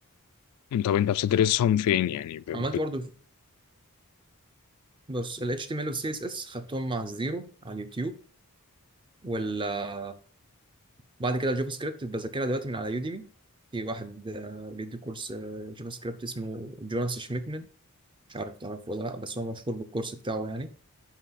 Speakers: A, on the left; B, on the right.
A: طب أنت بتدرسهم فين يعني؟ ب...
B: عملت
A: ب...
B: برضو بص ال HTML وال CSS خدتهم مع الزيرو على اليوتيوب ولا بعد كده الجافا سكريبت بذاكرها دلوقتي من على يوديمي في واحد آه، بيدي كورس آه، جافا سكريبت اسمه جوناس شميتمن مش عارف تعرفه ولا لا بس هو مشهور بالكورس بتاعه يعني